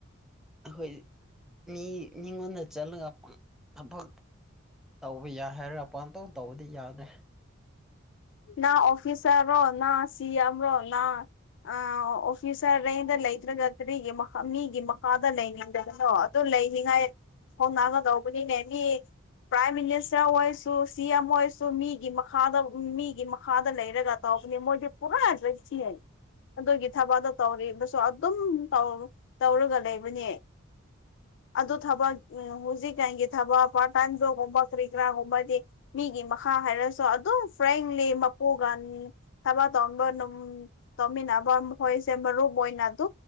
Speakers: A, in the centre; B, on the left (about 60°).
A: ꯑꯩꯈꯣꯏ ꯃꯤ ꯃꯤꯉꯣꯟꯗ ꯆꯠꯂꯒ ꯊꯕꯛ ꯇꯧꯕ ꯌꯥꯏ ꯍꯥꯏꯔꯒ ꯑꯄꯥꯟꯇꯧ ꯇꯧꯕꯗꯤ ꯌꯥꯗ꯭ꯔꯦ
B: ꯅꯪ ꯑꯣꯐꯤꯁꯥꯔꯔꯣ ꯅꯪ ꯁꯤ ꯑꯦꯝꯔꯣ ꯅꯪ ꯑ ꯑꯣꯐꯤꯁꯔ ꯔꯦꯡꯀꯗ ꯂꯩꯇꯔꯒ ꯀꯔꯤꯒꯤ ꯃ ꯃꯤꯒꯤ ꯃꯈꯥꯗ ꯂꯩꯅꯤꯗꯕꯅꯣ ꯑꯗꯨ ꯂꯩꯅꯤꯉꯥꯏ ꯍꯣꯡꯅꯒꯗꯧꯕꯅꯤꯅꯦ ꯃꯤ ꯄ꯭ꯔꯥꯏꯝ ꯃꯤꯅꯤꯁꯇꯔ ꯑꯣꯏꯔꯁꯨ ꯁꯤ ꯑꯦꯝ ꯑꯣꯏꯔꯁꯨ ꯃꯤꯒꯤ ꯃꯈꯥꯗ ꯃꯤ ꯒꯤ ꯃꯈꯥꯗ ꯂꯩꯔꯒ ꯇꯧꯕꯅꯦ ꯃꯣꯏꯗꯤ ꯄꯨꯔꯥ ꯖꯏꯁꯤꯟ ꯑꯗꯨꯒꯤ ꯊꯕꯛꯗ ꯇꯧꯔꯤꯗꯨꯁꯨ ꯑꯗꯨꯝ ꯇꯧ ꯇꯧꯔꯒ ꯂꯩꯕꯅꯦ ꯑꯗ ꯊꯕ ꯍꯨꯖꯤꯛꯀꯥꯟꯒꯤ ꯊꯕ ꯄꯥꯔꯠ ꯇꯥꯏ ꯖꯣꯕ ꯀꯨꯝꯕ ꯀꯔꯤꯀꯔꯥꯒꯨꯝꯕꯗꯤ ꯃꯤꯒꯤ ꯃꯈꯥ ꯍꯥꯏꯔꯁꯨ ꯑꯗꯨꯝ ꯐ꯭ꯔꯥꯡꯂꯤ ꯃꯄꯨꯒ ꯊꯕꯛ ꯇꯧꯕ ꯅꯨꯝ ꯇꯧꯃꯤꯟꯅꯥꯕ ꯃꯈꯣꯏꯁꯦ ꯃꯔꯨꯞꯑꯣꯢꯅꯗꯨꯝ